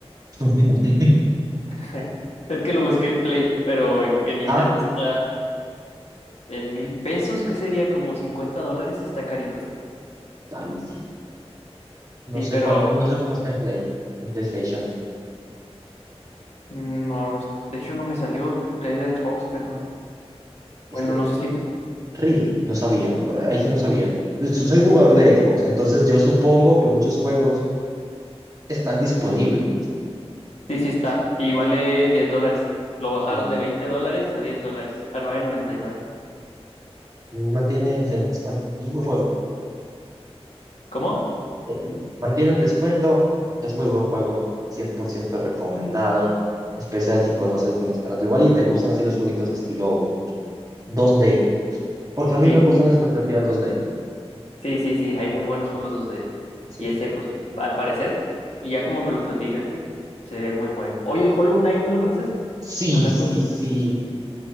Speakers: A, on the right (about 35°); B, on the left (about 80°).
A: <laughs>
B: <laughs> Es que lo busqué en Play, pero en, en Nintendo
A: Ah,
B: está en mil pesos, que sería como 50 dólares y está carito.
A: Ay, sí. no
B: Sí,
A: sé
B: pero...
A: cuándo, no sé cómo está en Play, en PlayStation.
B: No, no, es- de hecho no me salió. Es de Xbox, perdón.
A: Este,
B: Bueno, no sé si.
A: really, no sabía. Ahí sí no sabía. So- Soy jugador de Xbox, entonces yo supongo que muchos juegos están disponibles.
B: Sí, sí está. Y vale 10 dólares. Lo bajaron
A: Mm,
B: de 20 dólares a 10 dólares. A nueve noventa y nueve.
A: Mantienen el descuento. Muy buen juego.
B: ¿Cómo?
A: Eh, Mantienen descuento. Es muy buen juego. 100% recomendado. En especial si conoces bien Stardew Valley y te gustan así los jueguitos estilo 2D. Porque a mí
B: Sí,
A: me gustan las perspectivas 2D.
B: sí, sí, sí. Hay muy buenos juegos 2D.
A: Sí.
B: Y ese, pues, al parecer, y ya como me lo platicaste, se ve muy bueno. Oye, el Hollow Knight, ¿no lo conoces?
A: Sí,
B: Hablando.
A: sí, sí.